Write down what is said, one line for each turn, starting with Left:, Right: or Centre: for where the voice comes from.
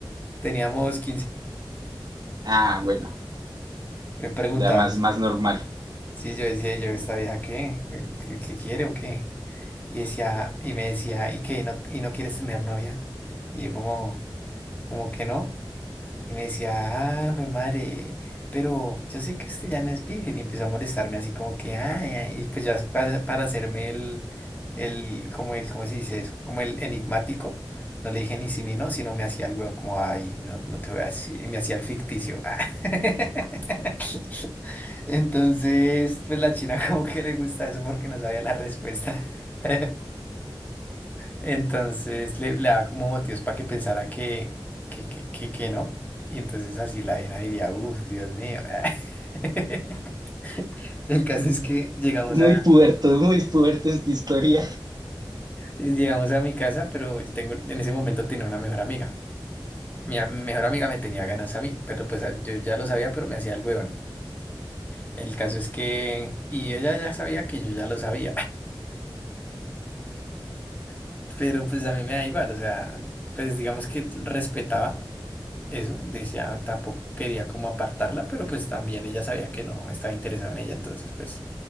Left: Teníamos quince,
Right: Ah, bueno,
Left: Me preguntaba
Right: ya más,
Left: eso.
Right: más normal.
Left: Sí, yo decía, yo, ¿esta vieja qué? ¿Qué, qué quiere o qué? Y decía, y me decía, ¿y qué? ¿Y no, y no quieres tener novia? Y yo como, como que no. Y me decía, ah, jue madre, pero yo sé que usted ya no es virgen. Y empezó a molestarme así como que, ay, ay", y pues ya para, para hacerme el, el, como el, ¿cómo se dice eso? Como el enigmático. No le dije ni sí ni no, sino me hacía el weón como, ay, no, no te voy a decir. Y me hacía el ficticio. Ah. <laughs> Entonces, pues la china <laughs> como que le gusta eso porque no sabía la respuesta. <laughs> Entonces le, le daba como motivos para que pensara que, que, que, que, que no. Y entonces así la era diría, uff, Dios mío. <laughs> El caso es que llegamos
Right: Muy
Left: a,
Right: puerto, muy puerto esta historia.
Left: llegamos a mi casa, pero yo tengo, en ese momento tenía una mejor amiga. Mi, a- mi mejor amiga me tenía ganas a mí, pero pues a- yo ya lo sabía, pero me hacía el huevón. El caso es que, y ella ya sabía que yo ya lo sabía, <laughs> pero pues a mí me da igual, o sea, pues digamos que respetaba. eso, decía, tampoco quería como apartarla, pero pues también ella sabía que no estaba interesado en ella, entonces pues